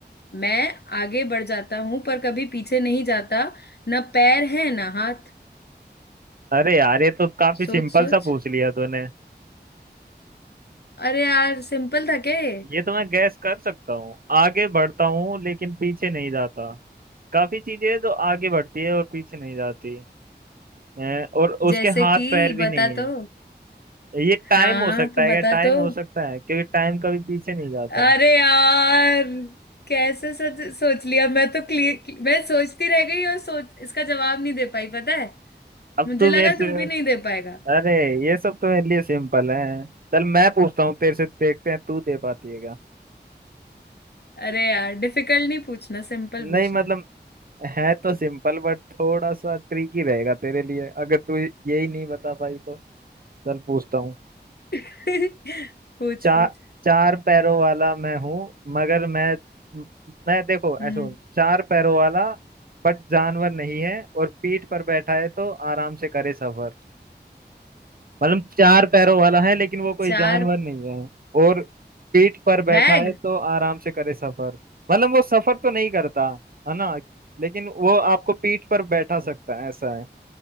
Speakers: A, on the left (about 65°); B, on the right (about 55°).
A: मैं आगे बढ़ जाता हूँ पर कभी पीछे नहीं जाता ना पैर है ना हाथ
B: अरे यार ये तो काफी
A: सोच
B: सिंपल
A: सोच
B: सा पूछ लिया तूने
A: अरे यार सिंपल था क्या ये?
B: ये तो मैं गैस कर सकता हूँ आगे बढ़ता हूँ लेकिन पीछे नहीं जाता काफी चीजें हैं जो आगे बढ़ती है और पीछे नहीं जाती हैं और
A: जैसे
B: उसके हाथ
A: कि
B: पैर भी
A: बता
B: नहीं है
A: तो
B: ये टाइम
A: हाँ
B: हो सकता
A: तो
B: है क्या
A: बता
B: टाइम
A: तो
B: हो सकता है क्योंकि टाइम कभी पीछे नहीं जाता
A: अरे यार कैसे सच सोच लिया मैं तो क्लियर मैं सोचती रह गई और सोच इसका जवाब नहीं दे पाई पता है
B: अब
A: मुझे
B: तू
A: लगा
B: मेरे से
A: तू भी नहीं दे पाएगा
B: अरे ये सब तो मेरे लिए सिंपल है चल मैं पूछता हूँ तेरे से देखते हैं तू दे पाती है क्या
A: अरे यार डिफिकल्ट नहीं पूछना सिंपल पूछना
B: नहीं मतलब है तो सिंपल बट थोड़ा सा ट्रिकी रहेगा तेरे लिए अगर तू यही नहीं बता पाई तो चल पूछता हूँ
A: <laughs> पूछ
B: चार
A: पूछ
B: चार पैरों वाला मैं हूँ मगर मैं मैं देखो ऐसे
A: हम्म
B: बोल, चार पैरों वाला बट जानवर नहीं है और पीठ पर बैठा है तो आराम से करे सफर मतलब चार पैरों वाला है लेकिन वो कोई
A: चार
B: जानवर नहीं है और पीठ पर बैठा
A: बैग
B: है तो आराम से करे सफर मतलब वो सफर तो नहीं करता है ना लेकिन वो आपको पीठ पर बैठा सकता है ऐसा है